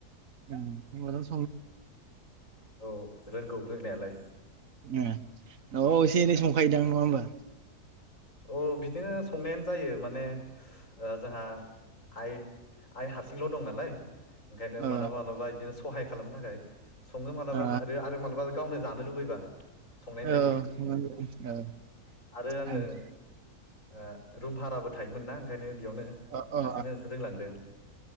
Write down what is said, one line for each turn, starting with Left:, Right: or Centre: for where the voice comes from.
Right: उम होनबाथ'
Left: औ रोंगौ रोंनायालाय
Right: उम अ इसे इनै संखायो <unintelligible> नङा होमबा
Left: अ बिदिनो संनायानो जायो माने जोंहा आइ आइ हारसिंल दं नालाय ओंखायनो
Right: ओ
Left: मालाबा मालाबा इदिनो सहाय खालामनो थाखाय सङो मालाबा
Right: ओ
Left: ओरो आरो मालाबा। गावनो जानो लुबैबा।
Right: <unintelligible>
Left: संनाय जायो बिदिनो आरो आङो ओ रुम भाराबो थायोमोन ना ओंखायनो बेयावनो
Right: अ अ ओ
Left: हारसिंनो रोंलांदों